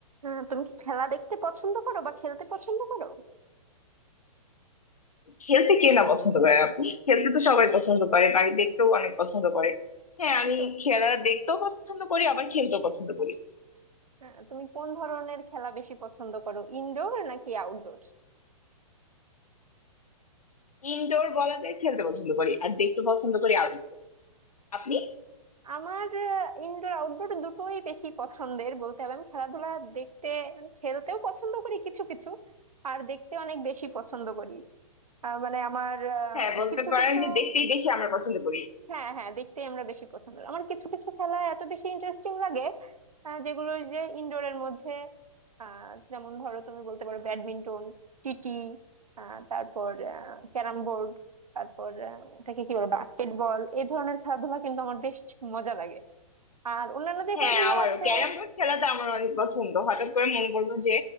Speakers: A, on the right (about 85°); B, on the left (about 80°).
A: আহ, তুমি কি খেলা দেখতে পছন্দ করো বা খেলতে পছন্দ করো
B: খেলতে কে না পছন্দ করে আপু খেলতে তো সবাই পছন্দ করে বাড়ি দেখতেও অনেক পছন্দ করে হ্যাঁ আমি
A: তো,
B: খেলা দেখতেও পছন্দ করি আবার খেলতেও পছন্দ করি
A: আহ, তুমি কোন ধরনের খেলা বেশি পছন্দ করো ইনডোর নাকি আউটডোর
B: ইনডোর বলা যায় খেলতে পছন্দ করি আর দেখতে পছন্দ করি আউটডোর আপনি
A: আমার ইনডোর আউটডোর দুটোই বেশি পছন্দের বলতে হবে আমি খেলাধুলা দেখতে মানে খেলতেও পছন্দ করি কিছু কিছু আর দেখতে অনেক বেশি পছন্দ করি আহ, মানে আমার আহ,
B: হ্যাঁ বলতে
A: কিছু
B: পারেন
A: কিছু
B: যে দেখতেই বেশি আমরা পছন্দ করি
A: হ্যাঁ হ্যাঁ দেখতেই আমরা বেশি পছন্দ করি। আমার কিছু কিছু খেলা এত বেশি ইন্টারেস্টিং লাগে আহ, যেগুলো ওই যে ইনডোরের মধ্যে আহ, যেমন ধরো তুমি বলতে পারো ব্যাডমিন্টন টিটি আহ, তারপর ক্যারাম বোর্ড তারপর আহ, ওটাকে কি বলে বাস্কেটবল এই ধরনের খেলাধুলা কিন্তু আমার বেশ মজা লাগে আর অন্যান্য যে
B: হ্যাঁ
A: খেলাধুলা
B: আমারও
A: আছে
B: ক্যারাম বোর্ড খেলাটা আমার অনেক পছন্দ হঠাৎ করে মনে পড়লো যে